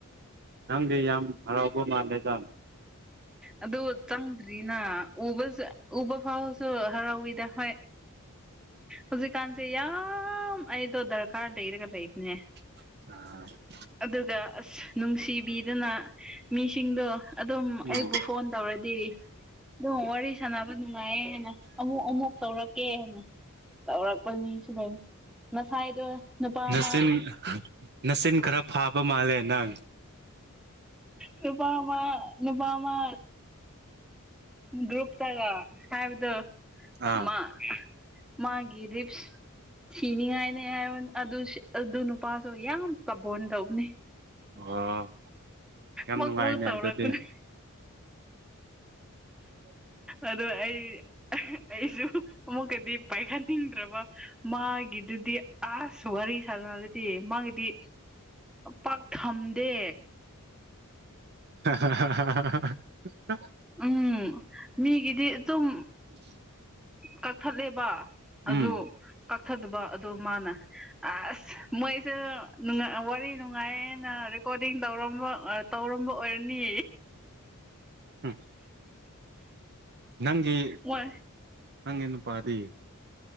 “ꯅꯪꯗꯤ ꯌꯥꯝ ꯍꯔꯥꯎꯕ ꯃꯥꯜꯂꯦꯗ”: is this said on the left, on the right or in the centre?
Right